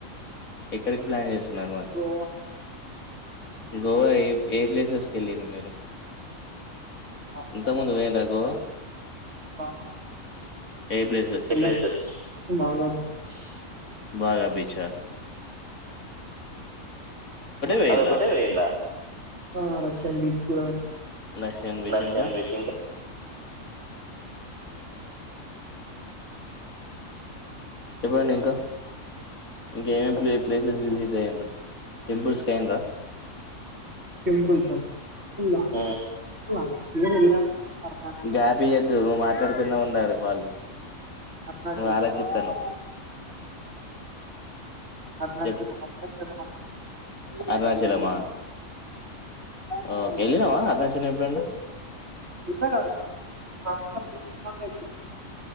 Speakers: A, on the left; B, on the right.
A: ఎక్కడికి ప్లాన్ చేస్తున్నారు మరి
B: గోవా
A: గోవా ఏ ఏ ప్లేసెస్కి వెళ్లీరు మీరు
B: ఆంధ్ర,
A: ఇంత ముందు పోయిండ్రా గోవా
B: <inaudible>
A: ఏ ప్లేసెస్ భాగా బీచ్ ఆ పోయిండ్రా
B: అది ఒక్కటె పోయింద్ర ఆ రష్యన్ కూడా
A: రష్యన్ బీచ్
B: రష్యన్
A: ఇంకా
B: బీచ్
A: చెప్పండి ఇంకా ఇంక ఏమేమి ప్లేసెస్ విజిట్ అయ్యనరు టెంపుల్స్ కి అయ్యనరా
B: టెంపుల్ కా ఆ వెళ్ళాం అరుణాచల్
A: గాపియద్దు నువ్వు మాట్లాడుతూనే ఉండాలి వాళ్ళు
B: అరుణాచలం
A: ఆలోచితనా
B: అరుణాచలం
A: చెప్పు
B: అరుణాచలం మన
A: అరుణాచలమా ఓ కెళ్ళినవా అరుణాచలం ఎప్పుడన్నా
B: ఉన్నా కద అం తీసుకో పొండి